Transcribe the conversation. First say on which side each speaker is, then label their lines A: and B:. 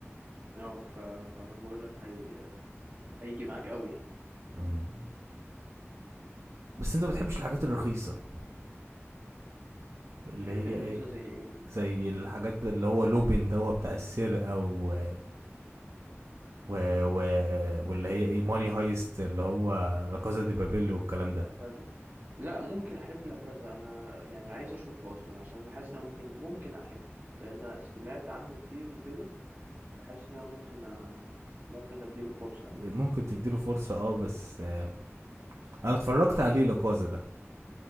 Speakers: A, on the right (about 40°); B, on the right (about 80°).
A: اه ف... فانا بقول لك هي... هيجي معاك قوي يعني
B: أمم. بس انت ما بتحبش الحاجات الرخيصه اللي
A: الحاجات
B: هي
A: الرخيصه
B: ايه
A: زي ايه
B: زي الحاجات ب- اللي هو لوبين دوا بتاع السرقة و... و... و... واللي هي ايه ماني هايست اللي هو لا كازا دي بابيل والكلام ده
A: لا كذا لا ممكن احب لكذا انا يعني عايز اشوفه اصلا عشان انا حاسس ان أنا ممكن ممكن احبه لان سمعت عنه كتير وكده فحاسس ان انا ممكن أ... ممكن اديله فرصة عادي
B: ممكن تديله فرصة اه بس آه، انا اتفرجت عليه لا كازا ده